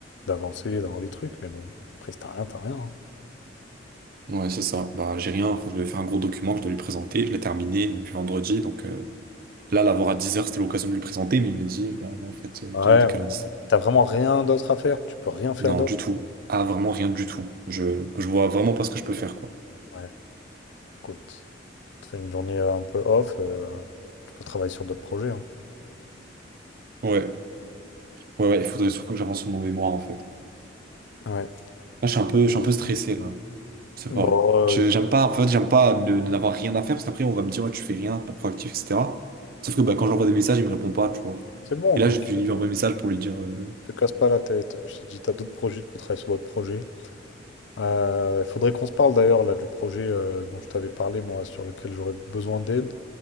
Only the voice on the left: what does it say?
d'avancer, d'avoir des trucs, mais bon, après, si t'as rien, t'as rien. hein.
Ouais,
ouais.
T'as vraiment rien d'autre à faire, tu peux rien faire
d'autre.
Ouais, écoute, tu fais une journée euh, un peu off, euh, tu peux travailler sur d'autres projets. hein.
Ouais.
Bon,
euh,
c'est bon,
donc,
écoute,
te casse pas la tête. Je t'ai dit, t'as d'autres projets, tu peux travailler sur d'autres projets. Il faudrait qu'on se parle d'ailleurs, là, du projet euh, dont je t'avais parlé, moi, sur lequel j'aurais besoin d'aide.